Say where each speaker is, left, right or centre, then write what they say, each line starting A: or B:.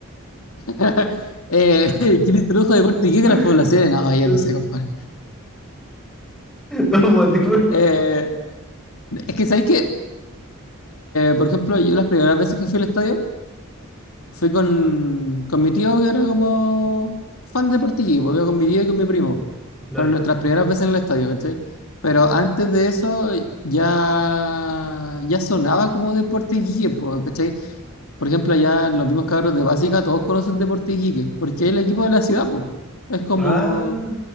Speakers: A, on the left; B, in the centre.
A: <laughs> eh, <laughs> ¿quién introdujo deporte y qué que
B: <laughs>
A: las poblaciones? No,
B: No,
A: yo no sé, compadre.
B: no podés. Ujú,
A: Eh, es que sabéis que, por ejemplo, yo las primeras veces que fui al estadio, Fui con, con mi tío, que era como fan de Portiquí, pues iba con mi tío y con mi primo.
B: Lore.
A: Fueron nuestras primeras veces en el estadio, ¿cachai? Pero antes de eso ya, ya sonaba como Deporte Iquique, pues, ¿cachai? Por ejemplo, allá en los mismos cabros de básica todos conocen Deporte Iquique, porque es el equipo de la ciudad, pues. Es como,
B: Ah.